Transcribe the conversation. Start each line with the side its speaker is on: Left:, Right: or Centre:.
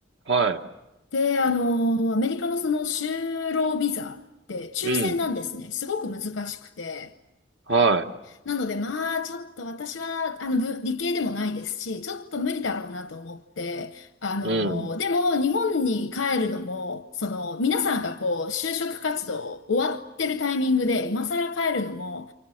Right: は
Left: で、あの、アメリカのその就労ビザって抽選なんですね。
Right: い、うん、
Left: すごく難しくて。
Right: は
Left: なので、まあ、ちょっと私は、あの、ぶ理系でもないですし、ちょっと無理だろうなと思って、あの、
Right: い、うん、
Left: でも、日本に帰るのも、その、皆さんがこう、就職活動終わってるタイミングで、今更帰るのも、